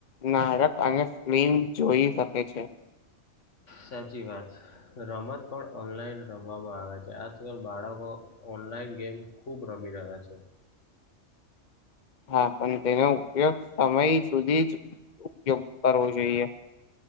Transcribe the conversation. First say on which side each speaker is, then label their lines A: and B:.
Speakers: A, on the left; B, on the left.
A: નારક અને ફિલ્મ જોઈ શકે છે
B: સાચી વાત. રમત પણ ઓનલાઈન રમવામાં આવે છે આજકાલ બાળકો ઓનલાઈન ગેમ ખુબ રમી રહ્યા છે
A: હા પણ તેને ઉપયોગ સમય સુધી જ ઉપયોગ કરવો જોઈએ